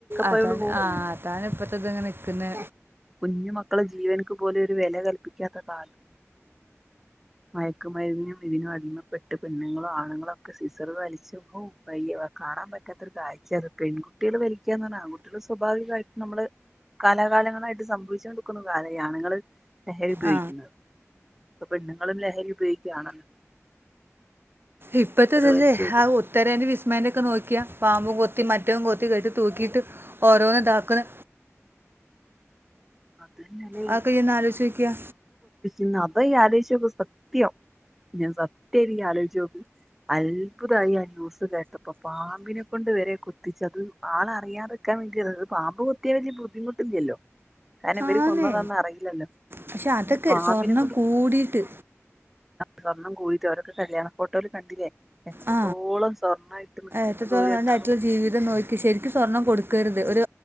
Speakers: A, on the right; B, in the centre.
A: അതാണ്
B: ആയോള് പോവും
A: ആ അതാണ് ഇപ്പത്തെത് ങ്ങെനെ നിക്കുന്നേ
B: കുഞ്ഞു മക്കളെ ജീവനക്ക് പോലെ വില കൽപ്പിക്കാത്ത കാലം ആയി <unintelligible> റ്റ് പെണ്ണുങ്ങളു ആണുങ്ങാളൊക്കെ സിസറ് വലി ശുഭവും വയ്യ കാണാൻ പറ്റാത്ത ഒരു കാഴ്ചയ പെൺകുട്ടികള് വലിക്കാന്നർഞാ ആൺകുട്ടിള് സ്വാഭാവികമായിട്ട് നമ്മള് കലാകാലങ്ങളായിട്ട് സം <unintelligible> ആണ്ങ്ങള് ലഹരി ഉപയോഗിക്കുന്നത്
A: ആ
B: പ്പ പെണ്ണങ്ങളും ലഹരി ഉപയോഗിക്കയാണല്ലോ
A: ഇപ്പത്തെതല്ലേ
B: വലിക്കായിട്ട്
A: ആ ഉത്തരേറെ വിസ്മന്റെ ഒക്കെ നോക്കിയാ പാമ്പും കൊത്തി മറ്റവും കൊത്തി കെട്ടി തൂക്കിയിട്ട് ഓരോന്ന് താക്കണ്
B: അതന്നെല്ലേ
A: ആഒക്കെ യൊന്ന് ആലോയിച്ചോക്യാ
B: ഇന്ന അപ്പ ഇയ്യ് ആലോയിചോക് സത്യം ന്നെ സത്യയായിട്ട് ഇജ്ജ് ആലോയിച്ചോക് നക്കക്ക് അത്ഭുതായാഞ് ആ ന്യുസ് കേട്ടപ്പൊ പാമ്പിനെ കൊണ്ട് വരെ കൊത്തിച്ചത് ആളറിയാതെക്കാൻ വേണ്ടി അത് പാമ്പ് കൊത്തിയാ വലിയ ബുദ്ധിമുട്ടില്ലല്ലോ കാരണം ഇവര്
A: ആന്നേ
B: കൊന്നതന്ന അറിയില്ലല്ലോ
A: പക്ഷെ അതൊക്കെ
B: എന്നിട്ട് പാമ്പിനെ
A: സ്വർണം കൂടിട്ട്
B: സ്വണ്ണം കൂയിട്ട് അവരൊക്കെ കല്യാണ ഫോട്ടോല് കണ്ടില്ലേ എത്രത്തോളം
A: ആ
B: സ്വർണ്ണായിട്ട് നിക്കുന്നത്
A: എത്രത്തോളം
B: ഓര് രണ്ടാളും
A: <unintelligible> ജീവിതം നോക്കി ശരിക്കും സ്വർണ്ണം കൊടുക്കരു ത് ഒരു